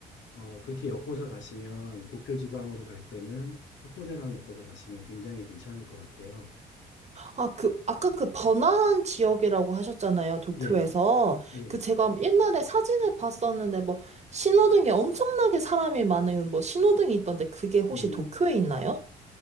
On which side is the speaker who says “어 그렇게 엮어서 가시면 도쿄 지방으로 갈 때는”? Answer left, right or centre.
Left